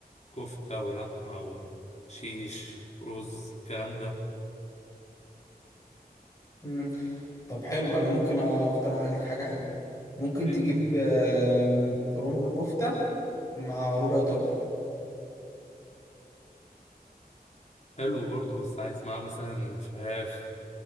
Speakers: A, on the left; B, on the left.
A: كفته ولحمه وشيش رز الكلام ده
B: مم. طب حلو انا ممكن اقترح عليك حاجه حلوه ممكن
A: دي-
B: تجيب آه، ربع كفته مع ربع طرب
A: حلو برضه بس عايز معاه مثلا فراخ